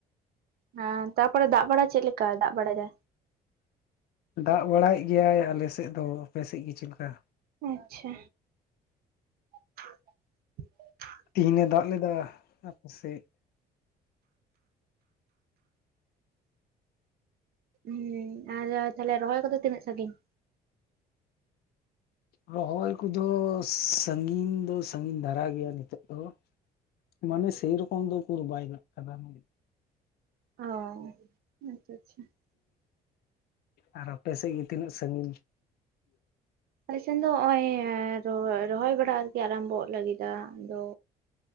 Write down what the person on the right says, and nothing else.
ᱦᱮᱸ ᱛᱟᱯᱚᱨᱮ ᱫᱟᱜ ᱵᱟᱲᱟ ᱪᱮᱫ ᱞᱮᱠᱟ ᱫᱟᱜ ᱵᱟᱲᱟᱭ ᱫᱟ?
ᱟᱪᱪᱷᱟ <unintelligible>
ᱦᱮ ᱟᱨ ᱛᱟᱦᱚᱞᱮ ᱨᱚᱦᱚᱭ ᱠᱚᱫᱚ ᱛᱤᱱᱟᱹᱜ ᱥᱟᱺᱜᱤᱧ?
ᱚ ᱟᱪᱪᱷᱟ ᱟᱪᱪᱷᱟ <unintelligible>
ᱟᱞᱮ ᱥᱮᱱ ᱫᱚ ᱱᱚᱜᱼᱚᱭ ᱨᱚᱦᱚᱭ ᱵᱟᱲᱟ ᱟᱨᱠᱤ ᱟᱨᱟᱢᱵᱷᱚᱜ ᱞᱟᱹᱜᱤᱫ ᱟᱫᱚ